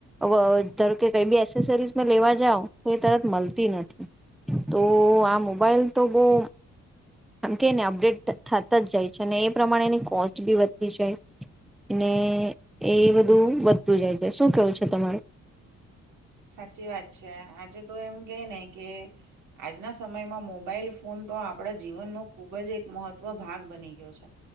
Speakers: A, in the centre; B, on the right.
A: વ ધારકે કઈ બી એસેસરીઝ લેવા જાવ તો, એ તરત મળતી નથી તો આ મોબાઈલ તો બહ આમ કેને અપડેટ થતા જ જાય છે અને એ પ્રમાણે એની કોસ્ટ બી વધતી જાય ને એ બધું વધતું જાય છે. શું કેવું છે તમારું?
B: સાચી વાત છે આજે તો એમ કે ને કે આજના સમયમાં મોબાઈલ ફોન તો આપણા જીવનનો ખુબ જ એક મહત્વ ભાગ બની ગયો છે